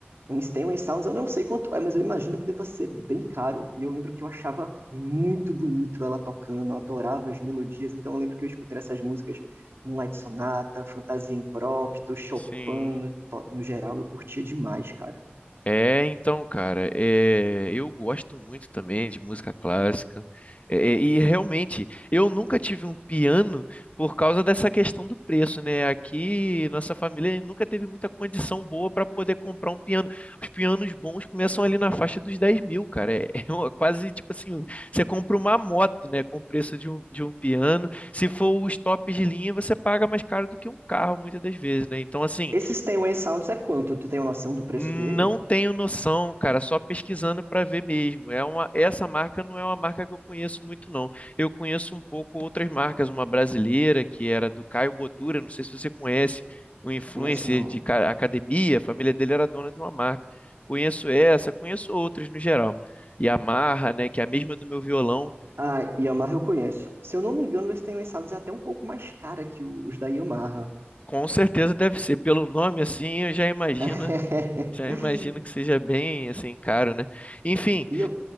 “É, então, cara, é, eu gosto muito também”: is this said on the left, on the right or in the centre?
Left